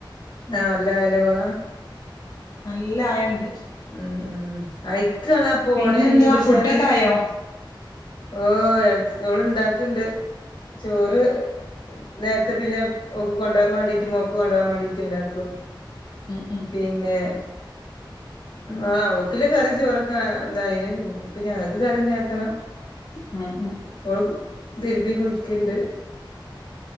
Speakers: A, on the left (about 70°); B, on the left (about 50°).
A: ആഹ് നല്ല ആയല്ല കൊള.
B: നല്ല ആയണ്ട്.
A: ഉം ഉം അയ്ക്കണ പോണെ
B: പിന്നെന്താ
A: മീൻ പിടിച്ചാന്.
B: ഫുഡൊക്കെ ആയോ
A: ഓഹ് എള്ക്കി ഓള് ഇണ്ടാക്കിണ്ട് ചോറ്. നേരത്തെ പിന്നെ ഒക്ക് കൊണ്ടുപോകാൻ വേണ്ടിട്ട്, മോക്ക് കൊണ്ട് പോകാൻ വേണ്ടിയിട്ട് ഉണ്ടാക്കും.
B: ഉ ഉം
A: പിന്നെ ആഹ് ഓക്കില്ല കറി ചോറക്ക എന്തായിന് ഇപ്പൊ ഞങ്ങക്ക് കറി ഉണ്ടാക്കണം.
B: മം മംഹ്
A: ഓള് തിരുമ്പി കുളിക്ണ്ട്.